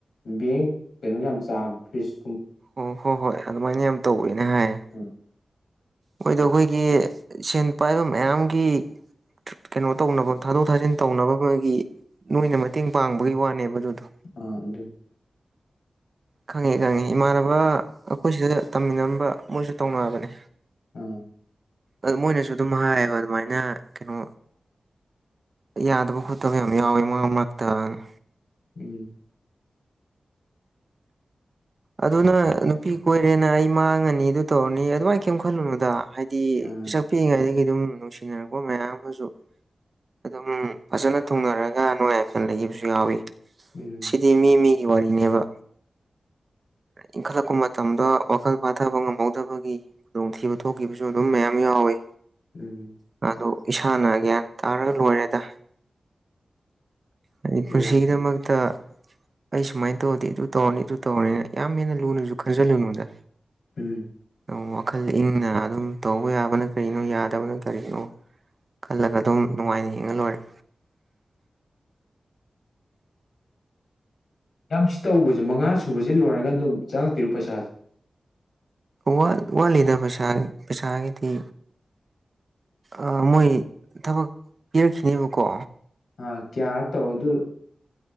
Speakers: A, on the left; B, on the right.
A: ꯕꯦꯡ ꯀꯩꯅꯣ ꯌꯥꯝ ꯆꯥꯝꯅꯤ ꯐ꯭ꯔꯤꯁ
B: ꯑꯣ ꯍꯣꯏ ꯍꯣꯏ ꯑꯗꯨꯃꯥꯏꯅ ꯌꯥꯝ ꯇꯧꯋꯦꯅ ꯍꯥꯏꯌꯦ
A: ꯑꯥ
B: ꯃꯣꯏꯗꯣ ꯑꯩꯈꯣꯏꯒꯤ ꯁꯦꯟ ꯄꯥꯏꯕ ꯃꯌꯥꯝꯒꯤ ꯀꯩꯅꯣ ꯇꯧꯅꯕ ꯊꯥꯗꯣꯛ ꯊꯥꯖꯤꯟ ꯇꯧꯅꯕꯒꯤ ꯅꯣꯏꯅ ꯃꯇꯦꯡ ꯄꯥꯡꯕꯒꯤ ꯋꯥꯅꯦꯕ ꯑꯗꯨꯗꯣ
A: ꯑꯥ ꯑꯗꯨ
B: ꯈꯪꯉꯤ ꯈꯪꯉꯤ ꯏꯃꯥꯟꯅꯕ ꯑꯩꯈꯣꯏ ꯁꯤꯗ ꯇꯝꯃꯤꯟꯅꯔꯝꯕ ꯃꯣꯏꯁꯨ ꯇꯧꯅꯕꯅꯦ
A: ꯎꯝ
B: ꯑ ꯃꯣꯏꯅꯁꯨ ꯑꯗꯨꯝ ꯍꯥꯏꯌꯦꯕ ꯑꯗꯨꯃꯥꯏꯅ ꯀꯩꯅꯣ ꯌꯥꯗꯕ ꯈꯣꯠꯇꯕ ꯌꯥꯝ ꯌꯎꯋꯦ ꯃꯥꯔꯛ ꯃꯥꯥꯔꯛꯇꯥꯅ
A: ꯎꯝ
B: ꯑꯗꯨꯅ ꯅꯨꯄꯤ ꯀꯣꯏꯔꯦꯅ ꯑꯩ ꯃꯥꯡꯉꯅꯤ ꯑꯗꯨ ꯇꯧꯔꯅꯤ ꯑꯗꯨꯃꯥꯏꯅ ꯀꯩꯝ ꯈꯜꯂꯨꯅꯨꯗ ꯍꯥꯏꯗꯤ
A: ꯑꯥ
B: ꯄꯤꯁꯛ ꯄꯤꯛꯏꯉꯩꯗꯒꯤ ꯑꯗꯨꯝ ꯅꯨꯡꯁꯤꯅꯔꯛꯄ ꯃꯌꯥꯝ ꯑꯃꯁꯨ ꯑꯗꯨꯝ ꯐꯖꯅ ꯊꯨꯡꯅꯔꯒ ꯅꯨꯡꯉꯥꯏ ꯌꯥꯏꯐꯅ ꯂꯩꯈꯤꯕꯁꯨ ꯌꯥꯎꯋꯤ
A: ꯎꯝ
B: ꯁꯤꯗꯤ ꯃꯤ ꯃꯤꯒꯤ ꯋꯥꯔꯤꯅꯦꯕ
A: <inaudible>
B: ꯏꯟꯈꯠꯂꯛꯄ ꯃꯇꯝꯗ ꯋꯥꯈꯜ ꯐꯥꯊꯕ ꯉꯝꯍꯧꯗꯕꯒꯤ ꯈꯨꯗꯣꯡꯊꯤꯕ ꯊꯣꯛꯈꯤꯕꯁꯨ ꯑꯗꯨꯝ ꯃꯌꯥꯝ ꯌꯥꯎꯋꯤ
A: ꯎꯝ
B: ꯑꯗꯣ ꯏꯁꯥꯅ ꯒ꯭ꯌꯥꯟ ꯇꯥꯔ ꯂꯣꯏꯔꯦꯗ ꯑꯩ
A: ꯍꯣꯏ
B: ꯄꯨꯟꯁꯤꯒꯤꯗꯃꯛꯇ ꯑꯩ ꯁꯨꯃꯥꯏ ꯇꯧꯔꯗꯤ ꯑꯗꯨ ꯇꯧꯔꯅꯤ ꯑꯗꯨ <unintelligible> ꯌꯥꯝ ꯍꯦꯟꯅ ꯂꯨꯅꯖꯨ ꯈꯟꯖꯜꯂꯨꯅꯨꯗ
A: ꯎꯝ
B: ꯑ ꯋꯥꯈꯜ ꯏꯪꯅ ꯑꯗꯨꯝ ꯇꯧꯕ ꯌꯥꯕꯅ ꯀꯔꯤꯅꯣ ꯌꯥꯗꯕꯅ ꯀꯔꯤꯅꯣ ꯈꯜꯂꯒ ꯑꯗꯨꯝ ꯅꯨꯡꯉꯥꯏꯅ ꯍꯤꯡꯉ ꯂꯣꯏꯔꯦ
A: <inaudible> ꯇꯝꯁ ꯇꯧꯕꯖꯦ ꯃꯉꯥ ꯁꯨꯕꯖꯦ ꯂꯣꯏꯔꯒ ꯑꯗꯨꯝ ꯆꯪꯉꯛꯇꯨꯏꯔꯣ ꯄꯩꯁꯥꯖꯦ
B: ꯋꯥꯠ ꯋꯥꯠꯂꯤꯗ ꯄꯩꯁꯥ ꯄꯩꯁꯥꯒꯤꯗꯤ ꯑ ꯃꯣꯏ ꯊꯕꯛ ꯄꯤꯔꯛꯈꯤꯅꯦꯕꯀꯣ
A: ꯑ ꯀꯌꯥꯔꯛ ꯇꯧ ꯑꯗꯨ